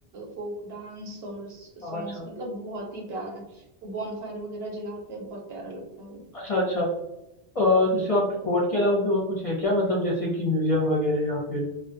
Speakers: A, on the right; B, on the left.
A: फोक डांस और सॉन्ग्स
B: हाँ, अच्छा
A: मतलब बहुत ही प्यारा वो बॉनफायर वगैरह जलाते हैं बहुत प्यारा लगता है वो
B: अच्छा अच्छा और जैसे आप स्पोर्ट के अलावा भी और कुछ है क्या मतलब जैसे कि म्यूजियम वगैरह या फिर